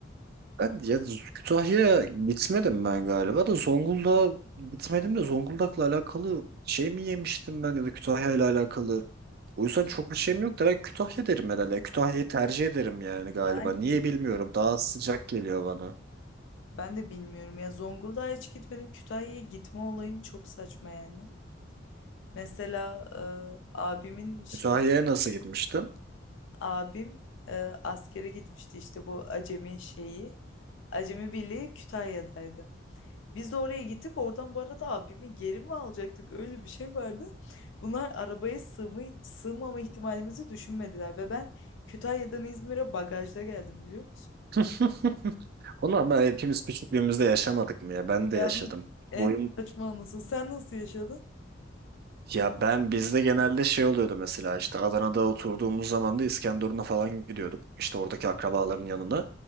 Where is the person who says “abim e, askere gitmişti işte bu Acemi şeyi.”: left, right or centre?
Left